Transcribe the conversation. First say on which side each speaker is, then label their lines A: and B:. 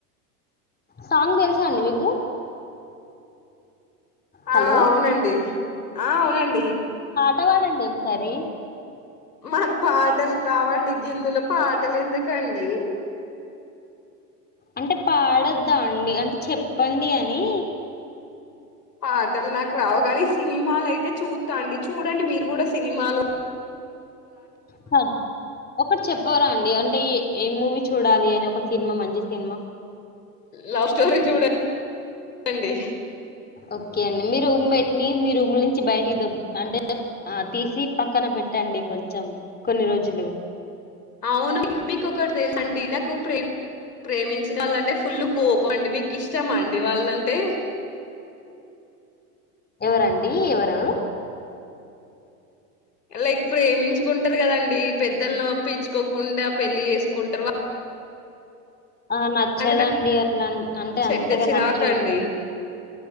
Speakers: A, on the left; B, on the left.
A: సాంగ్ తెలుసా అండి మీకు హలో
B: ఆ అవునండి ఆ అవునండి
A: తవాదండి ఒ ఒకసారి
B: మాకు పాటలు రావండి గిందుల పాటలు ఎందుకండి
A: అంటే పాడొద్దా అండి అంటే చెప్పండి అని
B: పాటలు నాకు రావు కానీ సినిమాలు అయితే చూస్తా అండి చూడండి మీరు కూడా సినిమాలో
A: స ఒకటి చెప్పవరా అండి అంటే అంట ఏం మూవీ చూడాలి అని ఒక సినిమా మంచి సినిమా
B: లవ్ స్టోరీ చూడ చూడంండి
A: ఓకే అండి మీరు రూమ్మేట్ నీ మీరుమ్ములించి బయటికి దబ్ అంటే తీసి పక్కన పెట్టండి కొంచెం కొన్ని రోజులు
B: అవును మీకుొ ఒకటి తెలు అండి నాకు ప్రే ప్రేమించిన వాళ్ళంటే ఫుల్ కోపం అండి మీకు ఇష్టమా అండి వాళ్ళంటే
A: ఎవరండి ఎవరు
B: లైక్ ప్రేమించుకుంటారు కదండి పెద్దలు నొప్పిించుకోకుండా పెళ్లి చేసుకుంటారు వా
A: ఆ నచ్చేదండి
B: నాకు
A: అట్లా అంటే అంతగా
B: చెడ్డ చిరాకండి
A: నచ్చదు